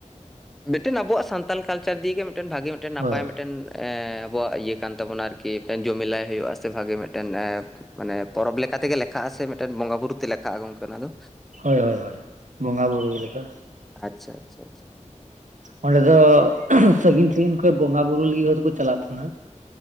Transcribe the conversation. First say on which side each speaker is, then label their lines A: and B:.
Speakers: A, in the centre; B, on the right.
A: ᱢᱤᱫᱴᱮᱱ ᱟᱵᱚᱣᱟᱜ ᱥᱟᱱᱛᱟᱞ ᱠᱟᱞᱪᱟᱨ ᱫᱤᱭᱮ ᱜᱮᱞᱮ ᱢᱤᱫᱴᱮᱱ ᱵᱷᱟᱜᱮ ᱢᱤᱫᱴᱮᱱ ᱱᱟᱯᱟᱭ
B: ᱦᱳᱭ
A: ᱢᱤᱫᱴᱮᱱ ᱮᱸ ᱟᱵᱚᱣᱟᱜ ᱤᱭᱟᱹ ᱠᱟᱱ ᱛᱟᱵᱚᱱᱟ ᱟᱨᱠᱤ ᱢᱤᱫᱴᱮᱱ ᱡᱩᱢᱤᱞᱟᱭ ᱦᱩᱭᱩᱜᱼᱟ ᱥᱮ ᱵᱷᱟᱜᱮ ᱢᱤᱫᱴᱮᱱ ᱢᱟᱱᱮ ᱯᱚᱨᱚᱵᱽ ᱞᱮᱠᱟ ᱛᱮᱜᱮ ᱞᱮᱠᱷᱟᱜᱼᱟ ᱥᱮ ᱢᱤᱫᱴᱮᱱ ᱵᱚᱸᱜᱟ ᱵᱩᱨᱩ ᱛᱮ ᱞᱮᱠᱷᱟᱜᱼᱟ ᱜᱚᱝᱠᱮ ᱚᱱᱟ ᱫᱚ?
B: ᱦᱳᱭ ᱦᱳᱭ ᱦᱳᱭ ᱵᱚᱸᱜᱟ ᱵᱩᱨᱩ ᱨᱮ ᱞᱮᱠᱟᱜᱼᱟ᱾
A: ᱟᱪᱷᱟ ᱟᱪᱷᱟ ᱟᱪᱷᱟ᱾
B: ᱚᱸᱰᱮ ᱫᱚ ᱥᱟᱹᱜᱤᱧ ᱠᱷᱚᱱ ᱵᱚᱸᱜᱟ ᱵᱩᱨᱩ ᱞᱟᱹᱜᱤᱫ ᱦᱚᱲ ᱫᱚᱠᱚ ᱪᱟᱞᱟᱜ ᱛᱟᱦᱮᱸᱱᱟ ᱾